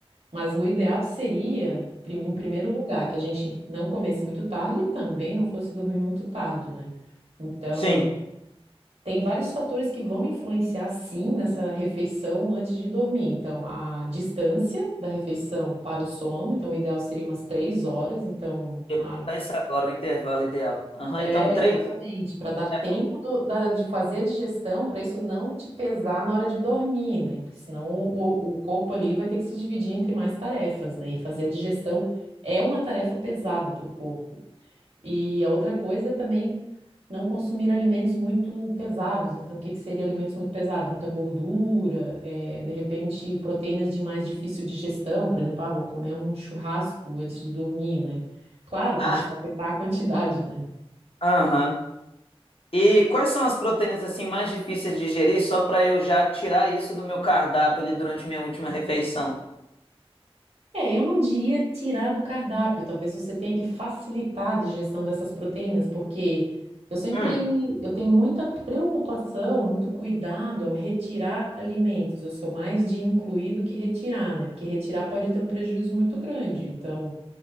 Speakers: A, on the right; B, on the left.
A: Mas o ideal seria, prim- em primeiro lugar, que a gente não comesse muito tarde e também não fosse dormir muito tarde, né? Então,
B: Sim.
A: tem vários fatores que vão influenciar, sim, nessa refeição antes de dormir. Então, a distância da refeição para o sono. Então, o ideal seria umas três horas. Então,
B: Eu
A: ah,
B: ia perguntar isso agora, o intervalo ideal. Aham,
A: é,
B: então três
A: exatamente. Para dar
B: é
A: tempo
B: bom.
A: do- da- de fazer a digestão, para isso não te pesar na hora de dormir, né? Porque senão o, o corpo ali vai ter que se dividir entre mais tarefas, né? E fazer a digestão é uma tarefa pesada para o corpo. E a outra coisa é também não consumir alimentos muito pesados. Então, o que que seria alimentos muito pesados? Muita gordura, eh, de repente proteínas de mais difícil digestão. Por exemplo, ah, vou comer um churrasco antes de dormir, né? Claro,
B: Ah,
A: também se atentar à quantidade, né?
B: aham. E quais são as proteínas assim mais difíceis de digerir, só para eu já tirar isso do meu cardápio ali durante minha última refeição?
A: É, eu não diria tirar do cardápio, talvez você tenha que facilitar a digestão dessas proteínas, porque eu sempre,
B: Hum,
A: eu tenho muita preocupação, muito cuidado ao retirar alimentos. Eu sou mais de incluir do que retirar, né? Porque retirar pode ter um prejuízo muito grande. Então,